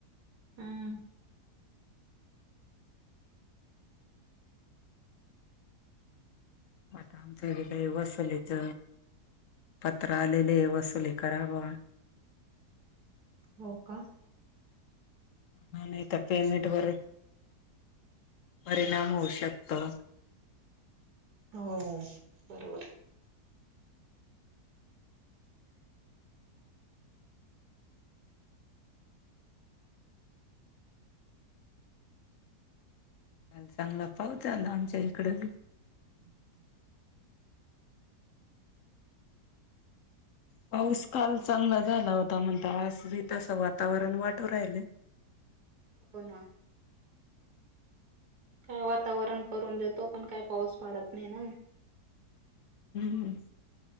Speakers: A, on the right; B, on the left.
A: हम्म!
B: आता आमच्या कडे वसुलीच पत्र आलेले वसुली करावं.
A: हो का!
B: म्हणून इथं पेमेंट वर परिणाम होऊ शकतो.
A: हो बरोबर हाय.
B: काल चांगला पाऊस झाला आमच्या इकडे.
A: हम. <unintelligible>
B: पाऊस काल चांगला झाला होता म्हणता आज बी तसं वातावरण वाटू राहिलं.
A: हो ना! ठेवा आता वरण करून देतो पण काय पाऊस पडत नाही ना.
B: हम्म!